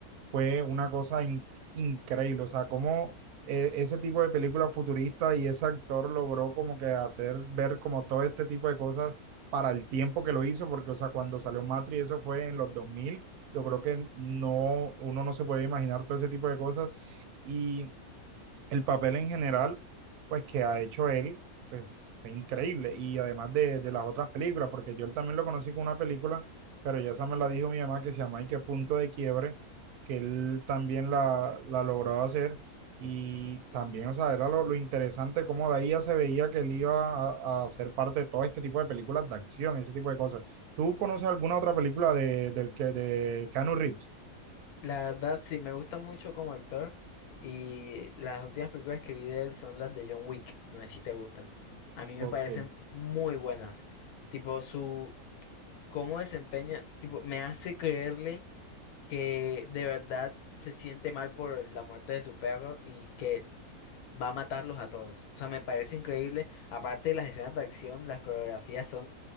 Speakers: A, on the right (about 85°); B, on the left (about 80°).
A: fue una cosa in- increíble. O sea, cómo eh, ese tipo de película futurista y ese actor logró como que hacer ver como todo este tipo de cosas para el tiempo que lo hizo, porque, o sea, cuando salió Matrix, eso fue en los 2000, yo creo que no, uno no se puede imaginar todo ese tipo de cosas. Y el papel en general, pues que ha hecho él, pues fue increíble. Y además de, de las otras películas, porque yo él también lo conocí con una película, pero ya esa me la dijo mi mamá que se llama Y qué punto de quiebre, que él también la, la logró hacer. Y también, o sea, era lo, lo interesante cómo de ahí ya se veía que él iba a, a ser parte de todo este tipo de películas de acción, ese tipo de cosas. ¿Tú conoces alguna otra película de, del que, de Keanu Reeves?
B: La verdad, sí, me gusta mucho como actor y las últimas películas que vi de él son las de John Wick, no sé si te gustan. A mí
A: Ok.
B: me parecen muy buenas. Tipo, su cómo desempeña, tipo, me hace creerle que de verdad se siente mal por la muerte de su perro y que va a matarlos a todos. O sea, me parece increíble. Aparte, las escenas de acción, las coreografías son